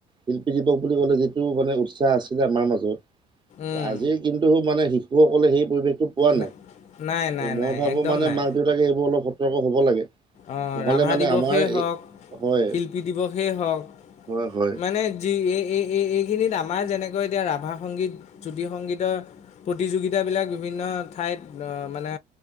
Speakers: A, on the right; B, on the left.
A: শিল্পী দিৱস বুলি ক'লে যিটো মানে উৎসাহ আছিল আমাৰ মাজত
B: উম,
A: আজি কিন্তু মানে শিশুসকলে সেই পৰিৱেশটো পোৱা
B: না-
A: নাই,
B: নাই নাই
A: ত মই
B: নাই
A: ভাবো
B: একদম
A: মানে
B: নাই
A: মাক - দেউতাকে এইবোৰ অলপ সতৰ্ক হব লাগে।
B: অঁ
A: নহ'লে
B: ৰাভা
A: মানে
B: দিৱসেই
A: আমাৰ
B: হওঁক,
A: এই হয়,
B: শিল্পী দিৱসেই হওঁক
A: হয়, হয়,
B: মানে যি এই এই এই এইখিনিত আমাৰ যেনেকৈ এতিয়া ৰাভা সংগীত, জ্যোতি সংগীতৰ প্ৰতিযোগিতাবিলাক বিভিন্ন ঠাইত অ মানে